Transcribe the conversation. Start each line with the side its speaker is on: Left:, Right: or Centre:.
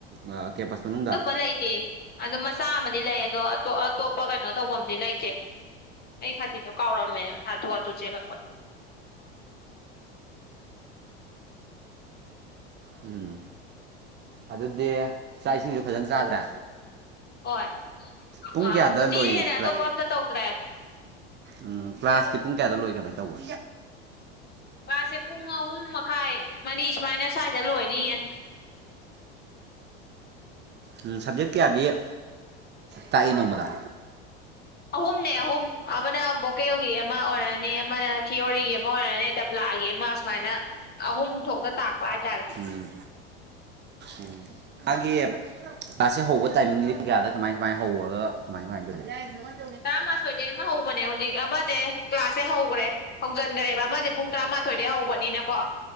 Right: ꯑꯥ ꯀꯦꯝꯄꯁ ꯃꯅꯨꯡꯗ
Left: ꯑꯗꯨꯝꯕ ꯂꯩꯇꯦ ꯑꯗꯨꯝ ꯃꯆꯥ ꯑꯃꯗꯤ ꯂꯩ ꯑꯗꯣ ꯑꯇꯣꯞ ꯑꯇꯣꯞꯄ ꯀꯩꯅꯣ ꯇꯧꯐꯝꯗꯤ ꯂꯩꯇꯦ ꯇ‌ꯦ ꯑꯩ ꯁꯥꯇꯤꯟꯗꯣ ꯀꯥꯎꯔꯝꯃꯦꯕ ꯍꯥꯊꯨ ꯍꯥꯊꯨ ꯆꯦꯜꯂꯛꯄꯗ
Right: ꯎꯝ ꯑꯗꯨꯗꯤ ꯆꯥꯛ ꯏꯁꯤꯡꯁꯨ ꯐꯖꯅ ꯆꯥꯗ꯭ꯔꯦ
Left: ꯍꯣꯏ
Right: ꯄꯨꯡ
Left: ꯑꯥ
Right: ꯀꯌꯥꯗ
Left: ꯎꯇꯤꯗꯤ
Right: ꯂꯣꯏꯕ꯭ꯔꯥ
Left: ꯍꯦꯟꯅ ꯑꯇꯣꯞꯄ ꯑꯝꯇ ꯇꯧꯗ꯭ꯔꯦ
Right: ꯎꯝ ꯀ꯭ꯂꯥꯁꯇꯤ ꯄꯨꯡ ꯀꯌꯥꯗ ꯂꯣꯏ ꯀꯃꯥꯏꯅ ꯇꯧꯕ
Left: ꯀ‌꯭ꯂꯥꯁ ꯁ‌ꯦ ꯄꯨꯡ ꯑꯍꯨꯝ ꯃꯈꯥꯏ ꯃꯔꯤ ꯁꯨꯃꯥꯏꯅ ꯁ꯭ꯋꯥꯏꯗ ꯂꯣꯏꯅꯤꯌꯦ
Right: ꯎꯝ ꯎꯝ ꯁꯕꯖꯦꯛ ꯀꯌꯥꯗꯤ ꯇꯥꯛꯏ ꯅꯣꯡꯃꯗ
Left: ꯑꯍꯨꯝꯅꯦ ꯑꯍꯨꯝ ꯑꯃꯅ ꯚꯣꯀꯦꯜꯒꯤ ꯑꯃ ꯑꯣꯏꯔꯅꯤ ꯑꯃꯅ ꯊꯤꯑꯣꯔꯤꯒꯤ ꯑꯃ ꯑꯣꯏꯔꯅꯤ ꯄꯥꯂꯒꯤ ꯑꯃ ꯁꯨꯃꯥꯏꯅ ꯑꯍꯨꯝ ꯊꯣꯛꯅ ꯇꯥꯛꯄ ꯍꯥꯏꯇꯥꯔꯦ
Right: ꯎꯝ ꯎꯝ ꯃꯥꯒꯤ ꯀ꯭ꯂꯥꯁꯁꯦ ꯍꯧꯕ ꯇꯥꯏꯃꯤꯡꯒꯤꯗꯤ ꯄꯨꯡ ꯀꯌꯥꯗ ꯀꯃꯥꯏ ꯀꯃꯥꯏꯅ ꯍꯧꯔꯒ ꯀꯃꯥꯏ ꯀꯃꯥꯏꯅ ꯂ‌ꯣꯏꯒ‌ꯦ
Left: ꯇꯔꯥꯃꯊꯝꯣꯏꯗꯒꯤ ꯑꯃ ꯍꯧꯕꯅꯦ ꯍꯧꯖꯤꯛ ꯑꯃꯁꯦ ꯀ꯭ꯂꯥꯁꯁꯦ ꯍꯧꯈ꯭ꯔꯦ ꯍꯧꯖꯤꯟꯈ꯭ꯔꯦꯕ ꯑꯃꯁꯦ ꯄꯨꯡ ꯇꯔꯥꯃꯥꯊꯣꯏꯗꯒꯤ ꯍꯧꯕꯅꯤꯅꯀꯣ